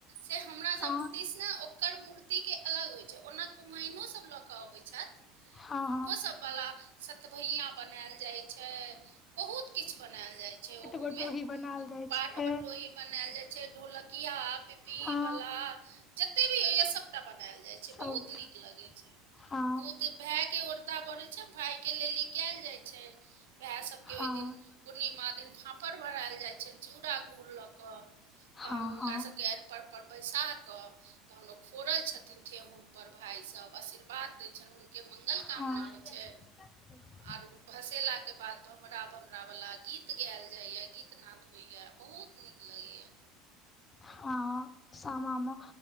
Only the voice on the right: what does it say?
से हमरा
कृष्णा ओकर मूर्तिके अलग होइत छै ओना कुमइनो सभ लऽ कऽ अबैत छथि।
हुनकोसभवला
सतभैया बनायल जाइत छै बहुत किछु बनायल जाइ छै ओहो
पाट
बटोही बनायल जाइ छै ढोलकिया पिपीहीवला
जतेक भी होइएा सभटा बनैल जाइत छै
बहुत नीक लगैत छै
बहुत भाय के ओरदा बढ़ैत छै भायके लेल ई कयल जाइत छै भाय सभके
ओहि दिन पूर्णिमा दिन फापड़ भरायल जाइ छनि चूड़ा गुड़ लऽ कऽ तहन
हुनका
सभके अर्पण बैसाकऽ तहन ओ फोड़य छथिन ठेहुन पर भाई सब आशीर्वाद दै छैन। के मंगल
कामना होइ छै आर भसेला के बाद भमरा भमरावालला गीत गाायल जाइए गीतनाद होइए बहुत नीक लगैया।